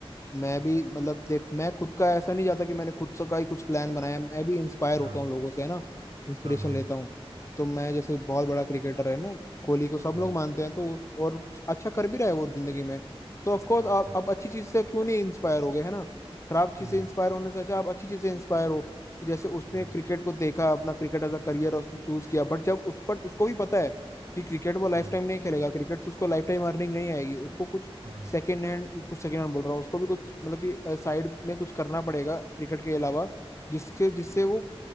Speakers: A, on the right (about 70°); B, on the left (about 30°).
A: हम्म,
B: मैं भी मतलब देख मैं खुद का ऐसा नहीं जाता कि मैंने खुद से का ही कुछ प्लान बनाया मैं भी इंस्पायर
A: हाँ
B: होता हूँ लोगों से है ना इंस्पिरेशन
A: हाँ हाँ
B: लेता हूँ तो मैं जैसे बहुत बड़ा क्रिकेटर है ना कोहली को सब
A: हाँ
B: लोग मानते हैं तो और अच्छा कर भी रहा है वो जिंदगी में तो ऑफ कोर्स
A: अच्छा
B: आप आप अच्छी चीज से क्यों नहीं इंस्पायर हो गए है ना खराब चीज
A: हम्म
B: से इंस्पायर होने से अच्छा आप अच्छी चीज से इंस्पायर हो तो जैसे उसने
A: हम्म,
B: क्रिकेट को देखा अपना क्रिकेट एज अ करियर उसने चूज किया बट जब उस पर उसको भी पता है कि क्रिकेट वो लाइफ
A: हाँ
B: टाइम नहीं खेलेगा क्रिकेट से उसको लाइफ टाइम अर्निंग नहीं आएगी उसको कुछ
A: हाँ
B: सेकेंड हैंड कुछ सेकेंड हैंड बोल रहा हूँ उसको भी कुछ मतलब कि साइड में कुछ करना पड़ेगा क्रिकेट के अलावा जिसके जिससे वो